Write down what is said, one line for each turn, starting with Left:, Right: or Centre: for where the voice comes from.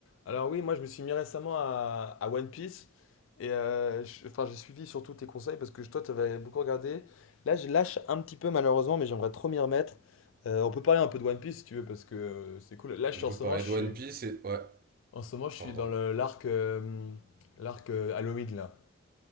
Left: Alors oui, moi je me suis mis récemment à, à One Piece et euh, je- enfin j'ai suivi surtout tes conseils parce que je- toi tu avais beaucoup regardé. Là je lâche un petit peu malheureusement mais j'aimerais trop m'y remettre. Euh, on peut parler un peu de One Piece si tu veux parce que euh, c'est cool. Là je
Right: On
Left: suis
Right: peut
Left: en ce
Right: parler
Left: moment je
Right: de
Left: suis
Right: One Piece et... Ouais,
Left: en ce moment je suis
Right: pardon.
Left: dans le l'arc euh, l'arc euh, Halloween là.